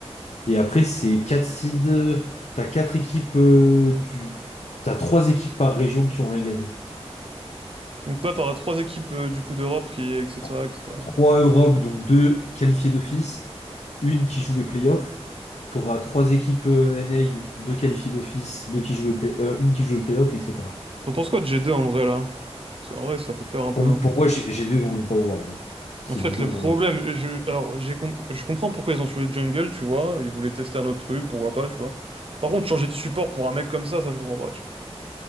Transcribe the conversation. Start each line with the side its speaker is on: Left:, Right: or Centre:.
Left: Et après, c'est quatre seeds. euh, T'as quatre équipes euh, du. T'as trois équipes par région qui ont rien gagné.
Right: Donc toi t'auras trois équipes euh, du coup d'Europe qui etc
Left: Tro-
Right: etc.
Left: Trois Europe, donc deux qualifiées d'office, une qui joue les playoffs. T'auras trois équipes euh, NA, deux qualifiées d'office, deux qui jouent les play- euh, une qui joue les playoffs, etc.
Right: T'en penses quoi de G2 en vrai là? Parce qu'en vrai ça fait peur un peu.
Left: Pour,
Right: hein.
Left: m- pour moi, G- G2 vont même pas au World. hein. C'est
Right: En fait
Left: bidon.
Right: le problème
Left: euh.
Right: je alors j'ai com- je comprends pourquoi ils ont changé de jungle tu vois ils voulaient tester un autre truc pourquoi pas tu vois. Par contre changer de support pour un mec comme ça ça je comprends pas.